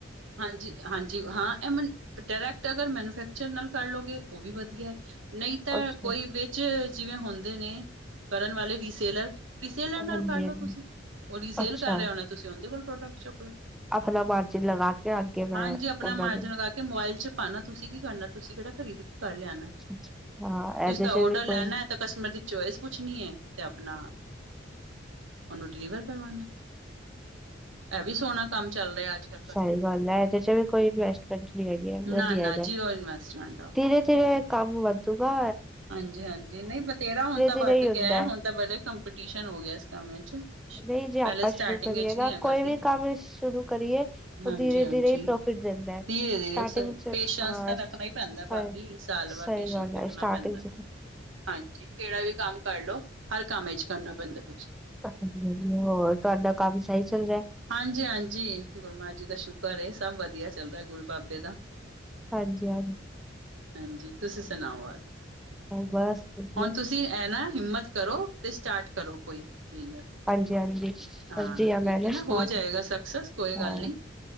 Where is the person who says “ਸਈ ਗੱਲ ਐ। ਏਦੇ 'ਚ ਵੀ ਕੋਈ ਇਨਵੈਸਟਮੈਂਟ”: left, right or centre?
Centre